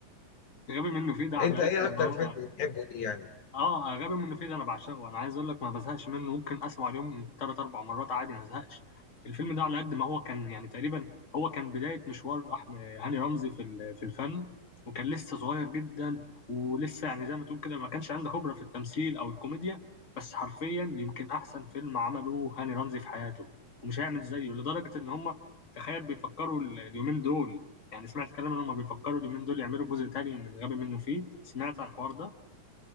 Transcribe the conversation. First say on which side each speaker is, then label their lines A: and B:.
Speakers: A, on the left; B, on the left.
A: غبي منه
B: <laughs>
A: فيه ده على
B: انت
A: قد
B: ايه اكتر
A: ما هو
B: فيلم بتحبه ليه يعني
A: اه غبي منه فيه ده انا بعشقه انا عايز اقول لك ما بزهقش منه ممكن اسمع اليوم ثلاث اربع مرات عادي ما ازهقش الفيلم ده على قد ما هو كان يعني تقريبا هو كان بدايه مشوار احمد هاني رمزي في ال- في الفن وكان لسه صغير جدا ولسه يعني زي ما تقول كده ما كانش عنده خبره في التمثيل او الكوميديا بس حرفيا يمكن احسن فيلم عمله هاني رمزي في حياته ومش هيعمل زيه لدرجه ان هم تخيل بيفكروا ال- اليومين دول يعني سمعت كلام ان هم بيفكروا اليومين دول يعملوا جزء تاني من غبي منه فيه سمعت عن الحوار ده